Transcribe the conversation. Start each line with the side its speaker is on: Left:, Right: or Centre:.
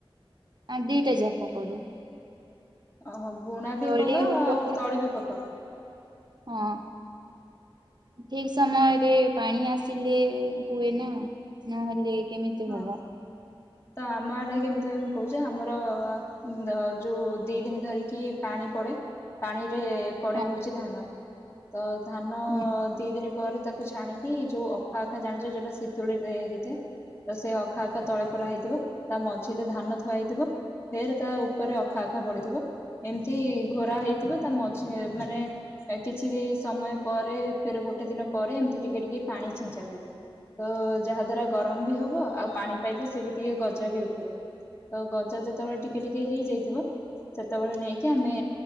Right: ଆ ଦିଟା ଯାକ କରୁ।
Left: ଅ ହ ବୁଣା
Right: ତଳି
Left: ବି କର
Right: ପକା
Left: ଆଉ ତଳି ବି ପକାଅ।
Right: ହଁ। ଠିକ ସମୟରେ ପାଣି ଆସିଲେ ହୁଏ ନା ନହେଲେ କେମିତି
Left: ହଁ।
Right: ହବ?
Left: ତ ଆମ ଆଡେ କେମିତି କଣ କଉଛ ଆମର ଦ ଯୋଉ ଦି ଦିନ ଧରିକି ପାଣି ପଡେ ପାଣିରେ ପଡେ
Right: ହଁ
Left: ହଉଛି ଧାନ ତ ଧାନ
Right: ହୁଁ
Left: ଦି ଦିନ ପରେ ତାକୁ ଛାଣିକି ଯୋଉ ଅଖା ଆଖା ଜାଣିଛ ଯୋଉଟା ଶୀତୁଳୀରେ ହେଇଥାଏ। ତ ସେ ଅଖା ଅଖା ତଳେ ପୁରା ହେଇଥିବ ତା ମଝିରେ ଧାନ ଥୁଆ ହେଇଥିବ। ଫେର ତା ଉପରେ ଅଖା ଅଖା ପଡିଥିବ ଏମତି ଘୋରା ହେଇଥିବ ତା ମଝି ମାନେ କିଛି ସମୟ ପରେ ଫେର ଗୋଟେ ଦିନ ପରେ ଏମିତି ଟିକେ ଟିକେ ପାଣି ଛିଞ୍ଚା ହୁଏ। ତ ଯାହା ଦ୍ଵାରା ଗରମ ବି ହବ। ଥୁଅ ଆଉ ପାଣି ପାଇଲେ ସେ ବି ଟିକେ ଗଜା ବି ଉଠିବ ତ ଗଜା ଯେତେ ବେଳେ ଟିକେ ଟିକେ ହେଇ ଯାଇଥିବ ସେତେ ବେଳେ ନେଇକି ଆମେ